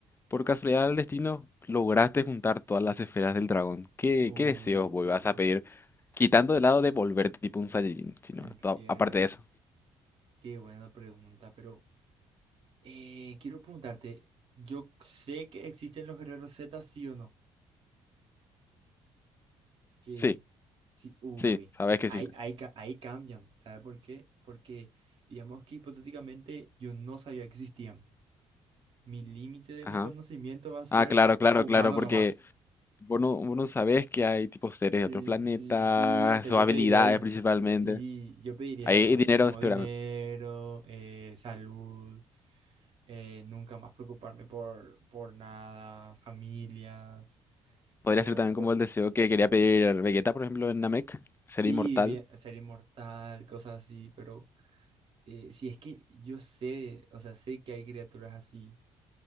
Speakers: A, on the left; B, on the right.
A: por casualidad del destino lograste juntar todas las esferas del dragón. ¿Qué,
B: Uh,
A: qué deseos vos vas a pedir? Quitando de lado de volverte tipo un Saiyajin, sino
B: entiendo.
A: to- aparte de eso.
B: Qué buena pregunta, pero eh, quiero preguntarte, yo sé que existen los guerreros Z, ¿sí o no? que
A: Sí,
B: sí, uy,
A: sí, sabes que
B: ahí,
A: sí.
B: ahí, ca- ahí cambian, ¿sabe por qué? Porque digamos que hipotéticamente yo no sabía que existían. Mi límite de
A: Ajá.
B: mi conocimiento va a ser
A: Ah, claro, claro,
B: humano
A: claro, porque
B: nomás.
A: Vos no, vos no sabés que hay tipos seres
B: Sí,
A: de otros planetas
B: sí, sí, entonces
A: o
B: yo
A: habilidades
B: pediría din.
A: principalmente.
B: Sí, yo pediría
A: Hay
B: cosas
A: dinero,
B: como
A: seguramente.
B: dinero, eh, salud, eh, nunca más preocuparme por, por nada, familias,
A: Podría
B: pero
A: ser también
B: o-
A: como el deseo que quería pedir Vegeta, por ejemplo, en Namek, ser
B: sí,
A: inmortal.
B: bien- ser inmortal, cosas así, pero eh, si es que yo sé, o sea, sé que hay criaturas así,